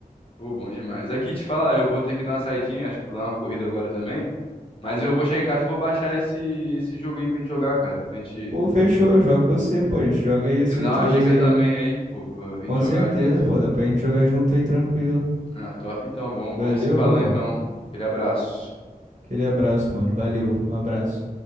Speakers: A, on the left; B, on the right.
A: Pô, bom demais. Aqui, te falar, eu vou ter que dar uma saidinha, acho que eu vou dar uma corrida agora também. Mas eu vou chegar em casa e vou baixar esse, esse jogo aí pra gente jogar, cara. Pra gente.
B: Pô, fechou, eu jogo com você, pô, a gente joga aí esse
A: Você me dá
B: de
A: uma
B: dois
A: dica
B: aí.
A: também aí, pô, pra gente
B: Com
A: jogar
B: certeza,
A: junto.
B: pô, dá pra gente jogar junto aí tranquilo.
A: Ah, top, então. Vamos,
B: Valeu,
A: vamos se falando
B: meu bom.
A: então. Aquele abraço.
B: Aquele abraço, mano, valeu, um abraço.